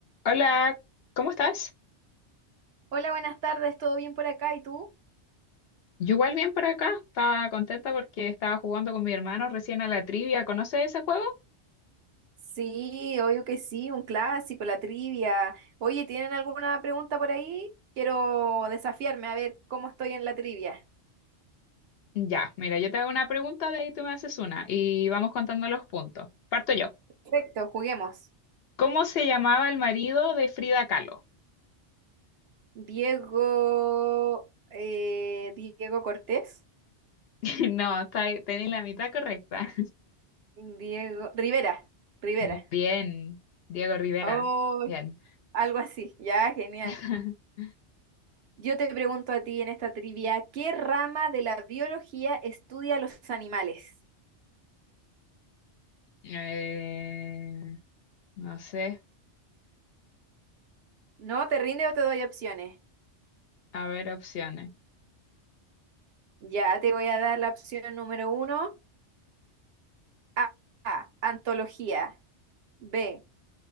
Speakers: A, on the left; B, on the right.
A: Hola, ¿cómo estás?
B: Hola, buenas tardes, ¿todo bien por acá? ¿Y tú?
A: Yo igual bien por acá. Estaba contenta porque estaba jugando con mi hermano recién a la trivia. ¿Conoces ese juego?
B: Sí, obvio que sí, un clásico, la trivia. Oye, ¿tienen alguna pregunta por ahí? Quiero desafiarme a ver cómo estoy en la trivia.
A: Ya, mira, yo te hago una pregunta, de ahí tú me haces una y vamos contando los puntos. Parto yo.
B: Perfecto, juguemos.
A: ¿Cómo se llamaba el marido de Frida Kahlo?
B: Diego, eh, Diego Cortés,
A: <laughs> No, está, ahí- tenéis la mitad correcta.
B: Diego Rivera, Rivera.
A: <laughs> Bien, Diego Rivera.
B: Oh,
A: Bien.
B: algo así, ya, genial.
A: <laughs>
B: Yo te pregunto a ti en esta trivia, ¿qué rama de la biología estudia los animales?
A: Eh, no sé,
B: ¿No te rinde o te doy opciones?
A: a ver opciones.
B: Ya te voy a dar la opción número uno. A, A, antología. B,